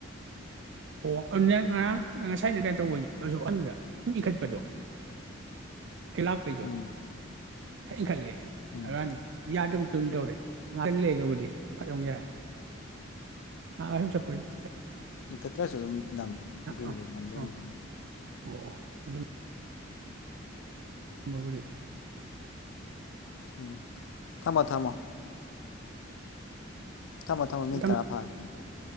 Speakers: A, on the right; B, on the left.
A: ꯑꯣ ꯑꯗꯨꯗꯤ ꯉꯔꯥꯡ ꯉꯁꯥꯏꯗꯤ ꯀꯩꯅꯣ ꯇꯧꯕꯗ <unintelligible> ꯁꯨꯝ ꯏꯈꯠꯄꯗꯣ ꯑꯩꯂꯥꯛꯄꯩꯗꯣ
B: ꯎꯝ
A: ꯁꯛ ꯏꯟ ꯈꯠꯂꯦ <unintelligible>
B: ꯎꯝ
A: ꯑꯔꯥꯟ ꯌꯥꯗꯧ ꯀꯩꯝ ꯇꯧꯔ ꯉꯍꯥꯛꯇꯪ ꯂꯩꯒꯕꯨꯗꯤ ꯐꯠ ꯑꯃꯨꯛ ꯌꯥꯔꯦ ꯍ ꯍ ꯑꯥ ꯁꯨꯝ ꯆꯠꯄꯩ
B: ꯏꯤꯡꯈꯠꯇ꯭ꯔꯁꯨ ꯑꯗꯨꯝ ꯅꯝ ꯒ꯭ꯔꯤꯟꯗꯤ
A: ꯑꯥ
B: ꯅꯝꯗꯣꯅꯤ
A: ꯑꯥ
B: ꯀꯩꯅꯣ
A: <unintelligible> ꯃꯗꯨꯗꯤ
B: ꯎꯝ ꯊꯝꯃꯣ ꯊꯝꯃꯣ ꯊꯝꯃꯣ ꯊꯝꯃꯣ ꯃꯤꯠ
A: ꯊꯝ
B: ꯇꯔꯥ ꯐꯥꯔꯦ